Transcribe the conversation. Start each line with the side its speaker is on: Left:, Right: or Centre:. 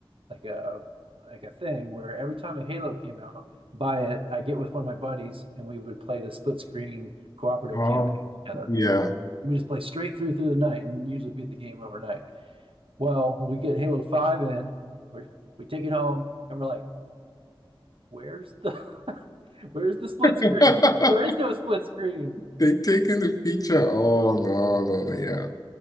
Right: like a like a thing where every time a Halo came out, buy it, I get with one of my buddies and we would play the split screen cooperative
Left: Wow.
Right: campaign together.
Left: Yeah.
Right: We just play straight through through the night and usually beat the game overnight. Well, we get Halo 5 in, we we take it home, and we're like, where's the <laughs> where's the split screen?
Left: <laughs>
Right: There is no split screen.
Left: They taking the feature. Oh no, no, no, yeah.